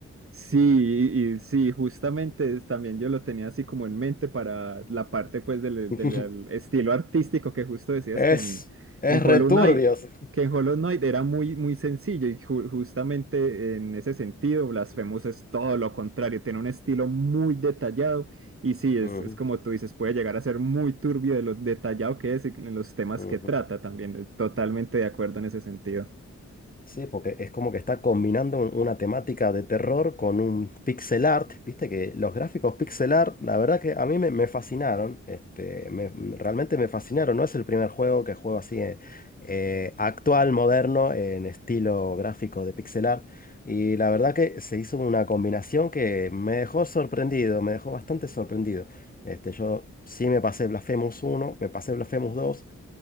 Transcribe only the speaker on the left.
<laughs>
Es,
es
returbio.
Sí,
Ujú,
ujú.
Sí, porque es como que está combinando un- una temática de terror con un pixel art. Viste que los gráficos pixel art, la verdad que a mí me, me fascinaron. Este, me- realmente me fascinaron. No es el primer juego que juego así eh, eh, actual, moderno, en estilo gráfico de pixel art. Y la verdad que se hizo una combinación que me dejó sorprendido, me dejó bastante sorprendido. Este, yo sí me pasé Blasphemous uno, me pasé Blasphemous dos.